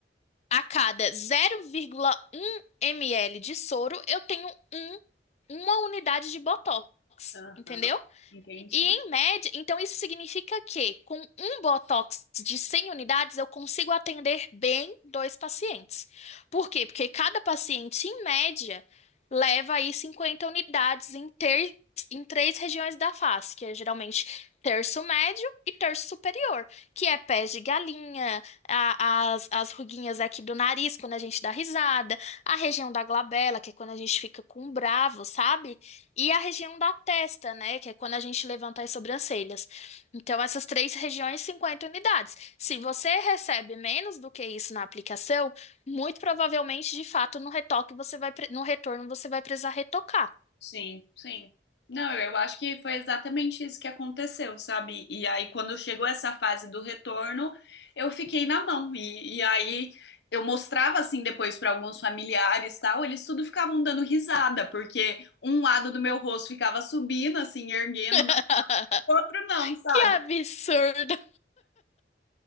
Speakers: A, on the left (about 40°); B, on the left (about 75°).
A: a cada 0,1 ml de soro eu tenho um, uma unidade de Botox,
B: Aham,
A: entendeu?
B: entendi.
A: E em média, então isso significa que com um Botox de 100 unidades eu consigo atender bem dois pacientes. Por quê? Porque cada paciente, em média, leva aí 50 unidades em, ter, em três regiões da face, que é geralmente terço médio e terço superior, que é pés de galinha, a- as, as ruguinhas aqui do nariz quando a gente dá risada, a região da glabela, que é quando a gente fica com um bravo, sabe? E a região da testa, né? Que é quando a gente levanta as sobrancelhas. Então, essas três regiões, 50 unidades. Se você recebe menos do que isso na aplicação, muito provavelmente, de fato, no retoque você vai, pre- no retorno você vai precisar retocar.
B: Sim, sim. Não, eu eu acho que foi exatamente isso que aconteceu, sabe? E aí, quando chegou essa fase do retorno, eu fiquei na mão. E, e aí, eu mostrava assim depois para alguns familiares e tal, eles tudo ficavam dando risada, porque um lado do meu rosto ficava subindo, assim, erguendo,
A: <laughs>
B: no o outro não, sabe?
A: Que absurdo!